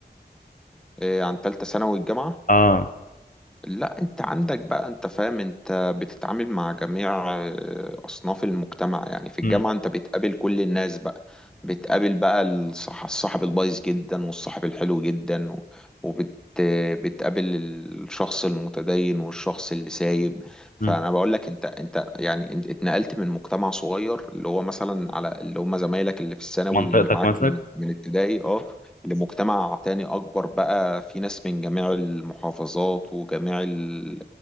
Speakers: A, in the centre; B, on the left.
A: إيه عن تالتة ثانوي الجامعة
B: اه
A: لا انت عندك بقى انت فاهم انت بتتعامل مع جميع آه، اصناف المجتمع يعني في الجامعة
B: امم
A: انت بتقابل كل الناس بقى بتقابل بقى الصح- الصاحب البايظ جدا والصاحب الحلو جدا و- وبت آه، بتقابل الشخص المتدين والشخص اللي سايب فانا
B: امم
A: بقول لك انت انت يعني انت اتنقلت من مجتمع صغير اللي هو مثلا على اللي هم زمايلك اللي في الثانوي
B: منطقتك
A: اللي معاك
B: مثلا
A: من من ابتدائي اه لمجتمع تاني أكبر بقى في ناس من جميع المحافظات وجميع ال...